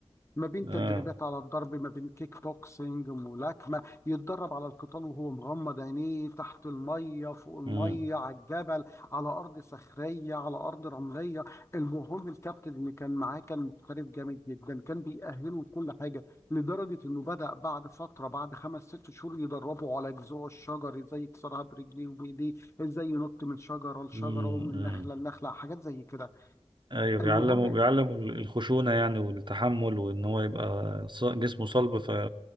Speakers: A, on the left; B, on the right.
A: ما بين
B: اه
A: تدريبات على الضرب ما بين كيك بوكسينج ملاكمة يتدرب على القتال وهو مغمض عينيه تحت المية فوق المية
B: مم.
A: على الجبل على أرض صخرية على أرض رملية المهم الكابتن اللي كان معاه كان محترف جامد جدا كان بيأهله كل حاجة لدرجة إنه بدأ بعد فترة بعد خمس ست شهور يدربه على جذوع الشجر إزاي يكسرها برجليه وبإيديه إزاي ينط من شجرة لشجرة
B: مم.
A: ومن
B: مم.
A: نخلة لنخلة حاجات زي كده
B: ايوه
A: المهم
B: بيعلموا بيعلموا الخشونه يعني والتحمل وان هو يبقى ص- جسمه صلب ف